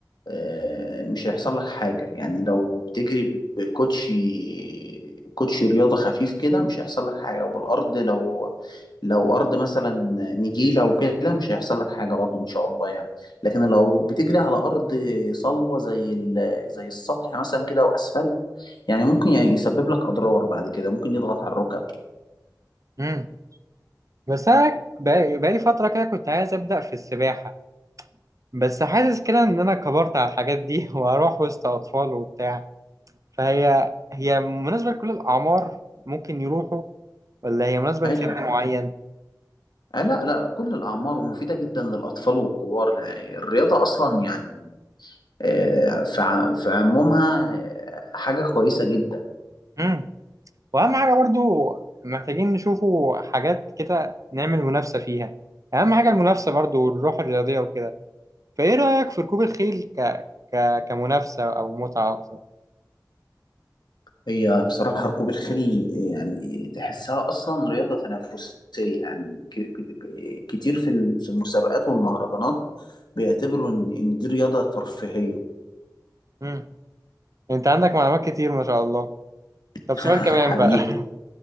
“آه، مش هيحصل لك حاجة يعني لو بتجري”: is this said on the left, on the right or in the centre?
Left